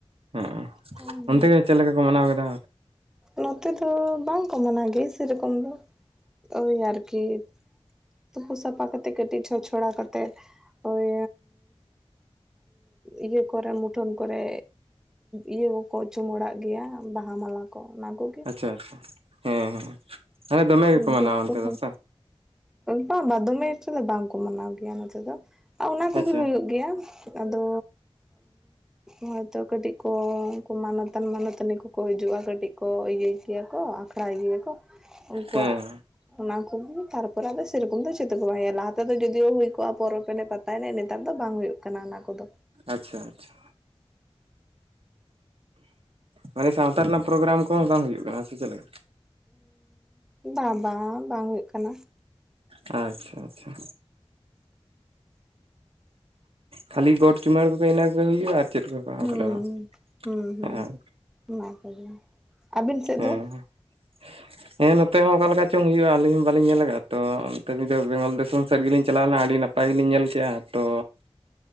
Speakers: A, on the right (about 65°); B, in the centre.
A: ᱦᱮᱸ
B: ᱦᱩᱸ
A: ᱚᱱᱛᱮ ᱜᱮ ᱪᱮᱫ ᱞᱮᱠᱟ ᱠᱚ ᱢᱟᱱᱟᱣ ᱠᱮᱫᱟ?
B: ᱱᱚᱛᱮ ᱫᱚ ᱵᱟᱝ ᱠᱚ ᱢᱟᱱᱟᱣ ᱜᱮ ᱥᱮᱨᱚᱠᱚᱢ ᱫᱚ ᱳᱭ ᱟᱨᱠᱤ, ᱛᱩᱯᱩ ᱥᱟᱯᱷᱟ ᱠᱟᱛᱮᱜ ᱠᱟᱹᱴᱤᱡ ᱪᱷᱚᱪ ᱪᱷᱚᱲᱟ ᱠᱟᱛᱮᱫ ᱳᱭ ᱤᱭᱟᱹ ᱠᱚᱨᱮ ᱢᱩᱴᱷᱟᱹᱱ ᱠᱚᱨᱮ ᱤᱭᱟᱹ ᱠᱚᱠᱚ ᱪᱩᱢᱟᱹᱲᱟᱜ ᱜᱮᱭᱟ ᱵᱟᱦᱟ ᱢᱟᱞᱟ ᱠᱚ ᱚᱱᱟ ᱠᱚ,
A: ᱟᱪᱪᱷᱟ ᱟᱪᱪᱷᱟ ᱦᱮᱸ ᱦᱮᱸ ᱦᱮᱸ ᱫᱚᱢᱮ ᱜᱮᱠᱚ ᱢᱟᱱᱟᱣᱟ
B: ᱫᱷᱩᱯ
A: ᱚᱱᱛᱮ
B: ᱠᱚᱦᱚᱸ
A: ᱫᱚ ᱥᱮ,
B: ᱵᱟᱝ ᱵᱟᱫᱚᱢᱮ ᱮᱠᱚᱴᱟ ᱫᱚ ᱵᱟᱝᱠᱚ ᱢᱟᱱᱟᱣ ᱜᱮᱭᱟ ᱱᱚᱛᱮ ᱫᱚ᱾ ᱚᱱᱟ ᱠᱚᱜᱮ
A: ᱟᱪᱪᱷᱟ
B: ᱦᱩᱭᱩᱜ ᱜᱮᱭᱟ᱾ ᱟᱫᱚ ᱦᱚᱭᱛᱚ ᱠᱟᱹᱴᱤᱡ ᱠᱚ ᱢᱟᱱᱚᱛᱟᱱ ᱢᱟᱱᱚᱛᱟᱱᱤ ᱠᱚᱠᱚ ᱦᱤᱡᱩᱜᱼᱟ ᱠᱟᱹᱴᱤᱡ᱾ ᱠᱚ ᱤᱭᱟᱹ ᱜᱮᱭᱟ ᱠᱚ, ᱟᱠᱷᱲᱟ ᱜᱮᱭᱟ ᱠᱚ, ᱩᱱᱠᱩᱣᱟᱜ
A: ᱦᱮᱸ
B: ᱚᱱᱟ ᱠᱚᱜᱮ ᱛᱟᱨᱯᱚᱨᱮ ᱟᱫᱚ ᱥᱮᱨᱚᱠᱚᱢ ᱫᱚ ᱪᱮᱫ ᱠᱚ ᱵᱟᱭ ᱦᱩᱭᱩᱜᱼᱟ, ᱞᱟᱦᱟ ᱛᱮᱫ ᱡᱚᱫᱤᱭᱳ ᱦᱩᱭ ᱠᱚᱜᱼᱟ ᱯᱚᱨᱚᱵᱽ ᱮᱱᱮ ᱯᱟᱛᱟ ᱯᱟᱛᱟ ᱮᱱᱮᱡ ᱱᱮᱛᱟᱨ ᱫᱚ ᱵᱟᱝ ᱦᱩᱭᱩᱜ ᱠᱟᱱᱟ ᱚᱱᱟ ᱠᱚᱫᱚ᱾
A: ᱟᱪᱪᱷᱟ ᱟᱪᱪᱷᱟ, ᱢᱟᱱᱮ ᱥᱟᱶᱛᱟ ᱨᱮᱱᱟᱜ ᱯᱨᱳᱜᱨᱟᱢ ᱠᱚᱦᱚᱸ ᱵᱟᱝ ᱦᱩᱭᱩᱜ ᱠᱟᱱᱟ ᱥᱮ ᱪᱮᱫᱞᱮᱠᱟ?
B: ᱵᱟ ᱵᱟ ᱵᱟᱝ ᱦᱩᱭᱩᱜ ᱠᱟᱱᱟ᱾
A: ᱟᱪᱪᱷᱟ, ᱟᱪᱪᱷᱟ᱾ ᱠᱷᱟᱹᱞᱤ ᱜᱚᱴ ᱪᱩᱢᱲᱟ ᱠᱚ ᱤᱱᱟᱹ ᱠᱚ ᱦᱩᱭᱩᱜ ᱟᱨ ᱪᱮᱫ ᱠᱚ? ᱵᱟᱝ
B: ᱦᱩᱸ
A: ᱵᱚᱞᱮ ᱵᱟᱝ
B: ᱦᱩᱸ ᱦᱩᱸ
A: ᱦᱮᱸ
B: ᱚᱱᱟ ᱠᱚᱜᱮ, ᱟᱵᱮᱱ ᱥᱮᱫ
A: ᱦᱮᱸ
B: ᱫᱚ?
A: <unintelligible> ᱦᱮᱸ ᱱᱚᱛᱮ ᱦᱚᱸ ᱚᱠᱟ ᱞᱮᱠᱟ ᱪᱚᱝ ᱦᱩᱭᱩᱜᱼᱟ ᱟᱹᱞᱤᱧ ᱦᱚᱸ ᱵᱟᱞᱤᱧ ᱧᱮᱞ ᱟᱠᱟᱫᱟ ᱛᱚ ᱚᱱᱛᱮ ᱫᱚ ᱵᱮᱝᱜᱚᱞ ᱫᱤᱥᱚᱢ ᱥᱮᱫ ᱜᱮᱞᱤᱧ ᱪᱟᱞᱟ ᱞᱮᱱᱟ ᱟᱹᱰᱤ ᱱᱟᱯᱟᱭ ᱱᱟᱯᱟᱭ ᱜᱮᱞᱤᱧ ᱧᱮᱞ ᱠᱮᱼᱟ, ᱛᱚ